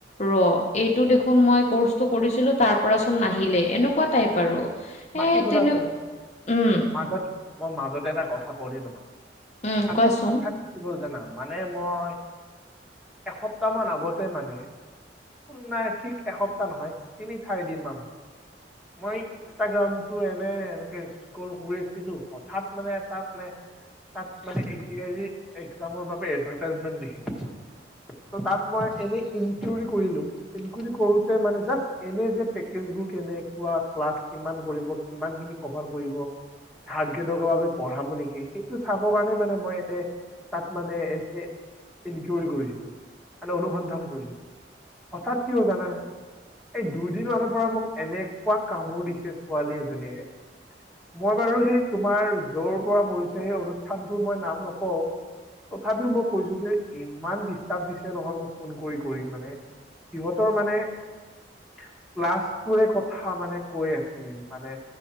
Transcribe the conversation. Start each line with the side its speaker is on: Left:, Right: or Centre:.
Left: ৰ'এইটো দেখোন মই কৰ্চটো কৰিছিলোঁ তাৰ পৰাচোন নাহিলে এনেকুৱা টাইপ আৰু।
Centre: বাখি
Left: এ
Centre: শুনাছোন
Left: তেনে উম
Centre: আগত মই মাজতে এটা কথা কওঁদে তোমাক
Left: উম
Centre: আজি
Left: কোৱাচোন
Centre: হঠাৎ কি হ'ল জানা, মানে মই, এসপ্তাহ মান আগতে মানে', উম', নাই ঠিক এসপ্তাহ নহয় তিনি-চাৰি দিন মান হ'ব, মই', ইনষ্টাগ্ৰামতো এনে, এনেকে স্ক্ৰল কৰি আছিলোঁ হঠাৎ মানে এটা মানে', তাত মানে এৰি দিয়ে যে এক্সামৰ বাবে এডভাৰ্টাইজমেন্ট দেখি পাইছোঁ', ত' তাত মই এনে ইনটিউৰি কৰিলোঁ। ইনকুৰি কৰোতে মানে জাচ এনে যে পেকেজবোৰ কেনেকুৱা ক্লাছ কিমান কৰিব কিমান খিনি কভাৰ কৰিব থাৰ্ড গ্ৰেডৰ বাবে পঢ়াব নেকি সেই টো চাব কাৰণে মানে মই এতে তাত মানে এনে ইনকিউৰী কৰিছিলোঁ, মানে অনুসন্ধান কৰিছিলোঁ', হঠাৎ কি হ'ল জানা নে, এই দুদিন মানৰ পৰা মোক এনেকুৱা কামোৰ দিছে', ছোৱালী এজনীয়ে', মই বাৰু সেই তোমাৰ যৰ পৰা পৰি়ছে সেই অনুষ্ঠানটোৰ মই নাম নকওঁ', তথাপিও মই কৈছোঁ যে, ইমান ডিষ্টাৰ্ব দিছে নহয় মোক ফোন কৰি- কৰি মানে', সিহঁতৰ মানে, ক্লাছটোৰে কথা মানে কৈ আছে', মানে